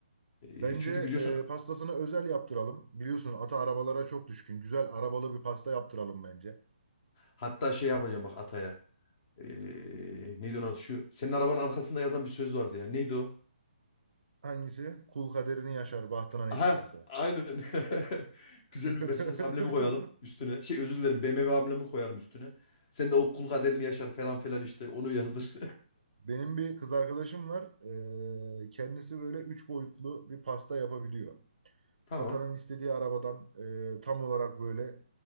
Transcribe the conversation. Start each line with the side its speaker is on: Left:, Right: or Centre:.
Left: Ee,
Right: Bence
Left: çünkü biliyorsun
Right: e, pastasını özel yaptıralım. Biliyorsun ata arabalara çok düşkün. Güzel arabalı bir pasta yaptıralım bence.
Left: hatta şey yapacağım bak Atay'a. Ee, neydi onun adı? Şu senin arabanın arkasında yazan bir söz vardı ya. Neydi o?
Right: Hangisi? Kul kaderini yaşar, bahtına ne
Left: Ha,
Right: çıkarsa.
Left: aynen. <laughs> Güzel
Right: <laughs>
Left: bir Mercedes amblemi koyalım üstüne. Şey özür dilerim BMW amblemi koyalım üstüne. Sen de o kul kaderini yaşar falan filan işte onu yazdır.
Right: Benim bir kız arkadaşım var. Ee, kendisi böyle üç boyutlu bir pasta yapabiliyor.
Left: <laughs> Tamam,
Right: Atanın istediği arabadan e, tam olarak böyle